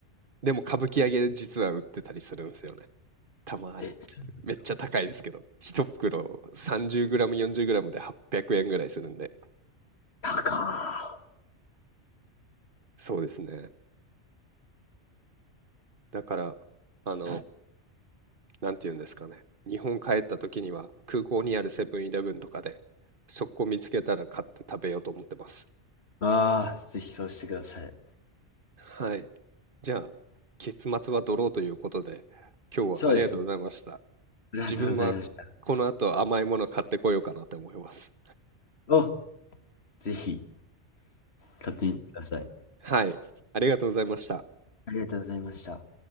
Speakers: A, on the right; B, on the left.
A: でも、歌舞伎揚げ実は売ってたりするんですよね。たまに。
B: え、そうなんですか。
A: めっちゃ高いですけど。一袋 30g、40g で800円ぐらいするんで。
B: 高ー。
A: そうですね。だから、あの、なんて言うんですかね。日本帰った時には空港にあるセブンイレブンとかで、そこ見つけたら買って食べようと思ってます。
B: ああ、ぜひそうしてください。
A: はい。じゃあ、結末はドローということで、今日はありがとうございました。
B: そうですね。ありがとうございました。
A: 自分はこの後甘いもの買ってこようかなと思います。
B: お、ぜひ、買ってみてください。
A: はい。ありがとうございました。
B: ありがとうございました。